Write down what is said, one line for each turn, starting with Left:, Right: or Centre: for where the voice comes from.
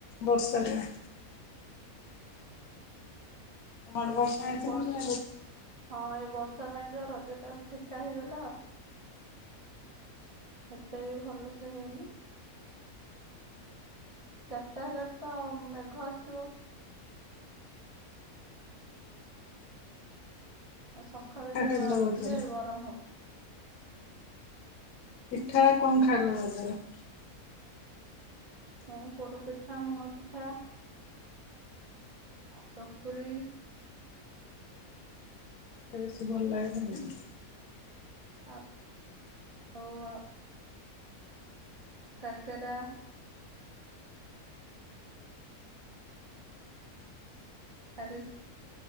Left: ବର୍ଷାଢିଳେ। ମା ବର୍ଷା ଆଇତ
Right: ବର୍ଷ
Left: ନୁ
Right: ହଁ ଏ ବର୍ଷା ପାଇଁ ତ ରଜ ଟା ଫିକା ହେଇଗଲା ଆଉ ସେତେ ବି ଭଲସେ ହେଇନି ଚାରିଟା ହେଲା ତ ମେଘ ଆସିବ ଆଉ ସକାଳେ
Left: ପିଠା ଖାଇଲ
Right: ଉଠିଲେ
Left: ରଜରେ
Right: ଗରମ ହବ
Left: ପିଠା କଣ ଖାଇଲ ରଜରେ?
Right: ହଁ ପୋଡ ପିଠା ମୁଗ ପିଠା ଆଉ ଚକୁଳି
Left: ସେ ବେଶୀ ଭଲ ଲାଗେ ତମକୁ
Right: ଆପ୍ ହଉ କାକରା ଆରି ସ